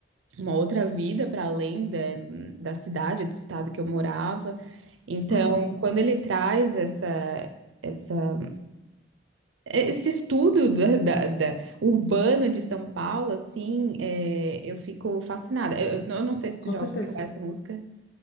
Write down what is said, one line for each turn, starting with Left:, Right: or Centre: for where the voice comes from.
Right: uma outra vida para além da, da cidade, do estado que eu morava. Então,
Left: uhum.
Right: quando ele traz essa, essa é, Esse estudo da, da- da- urbano de São Paulo, assim, é, eu fico fascinada. Eu, eu não sei se tu
Left: Com
Right: já
Left: certeza.
Right: ouviu essa música.